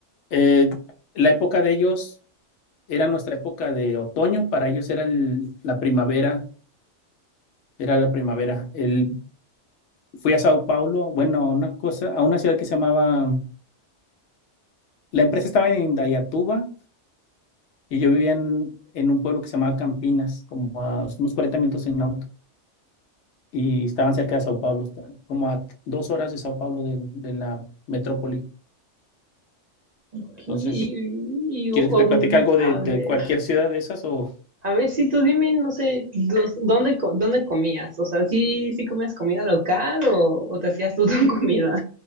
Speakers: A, on the left; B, on the right.
A: Eh, la época de ellos era nuestra época de otoño. Para ellos era el- la primavera. Era la primavera. El, fui a Sao Paulo, bueno, a una cosa, a una ciudad que se llamaba... La empresa estaba en Indaiatuba y yo vivía en, en un pueblo que se llamaba Campinas, como a unos 40 minutos en auto. y estaban cerca de Sao Paulo, como a dos horas de Sao Paulo de, de la metrópoli.
B: ok,
A: Entonces,
B: y, y, um,
A: ¿quieres que te platique algo de,
B: a
A: de
B: ver.
A: cualquier ciudad de esas o
B: A ver, si tú dime, no sé, dos- ¿dónde, co- dónde comías? O sea, ¿sí, sí comías comida local o, o te hacías tú tu <laughs> comida?